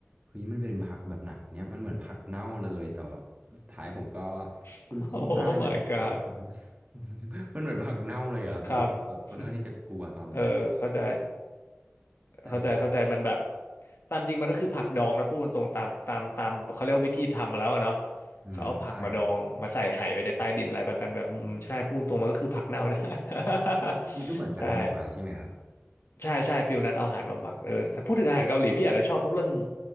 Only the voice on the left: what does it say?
<laughs>
โอ้ my god
ครับ <laughs> เออเข้าใจ
เข้าใจเข้าใจมันแบบตามจริงมันก็คือผักดองนะพูดตรงๆตามตามตามเขาเรียกว่าวิธีทำมาแล้วอะเนาะ
เขาเอาผักมาดองมาใส่ไหไว้ในใต้ดินอะไรแบบกันแบบอืมใช่พูดตรงๆมันก็คือผักเน่านะ <laughs>
ใช่ ใช่ใช่ฟิลนั้นเอาอาหารมาหมักเออแต่พูดถึงอาหารเกาหลีพี่อาจจะชอบพวกเรื่อง